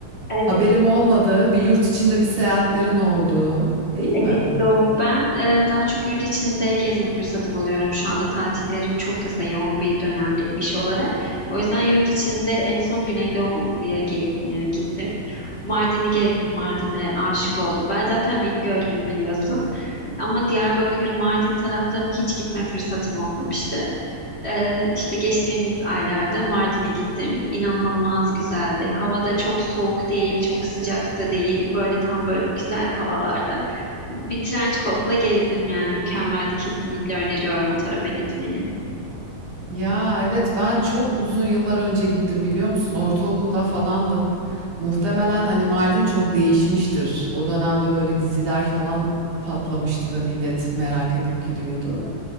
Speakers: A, on the left; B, on the right.
A: Evet,
B: Haberim olmadı. Bir yurt içinde bir seyahatlerin oldu, değil mi?
A: Evet doğru. Ben e, daha çok yurt içinde gezme fırsatı buluyorum şu anda. Tatillerim çok kısa, yoğun bir dönemdeyim iş olarak. O yüzden yurt içinde en son Güneydoğu'ya ge- e, gittim. Mardin'i gezdim, Mardin'e aşık oldum. Ben zaten Bingöllüyüm biliyorsun. Ama Diyarbakır, Mardin taraflarına hiç gitme fırsatım olmamıştı. Ee, işte geçtiğimiz aylarda Mardin'e gittim. İnanılmaz güzeldi. Hava da çok soğuk değil, çok sıcak da değil. Böyle tam böyle güzel havalarda. Bir trench coat'la gezdim yani. Mükemmeldi. Kesinlikle öneriyorum o tarafa gitmeni.
B: Ya evet ben çok uzun yıllar önce gittim biliyor musun? Ortaokulda falandım. Muhtemelen hani Mardin çok değişmiştir. O dönemde böyle diziler falan patlamıştı da millet merak edip gidiyordu.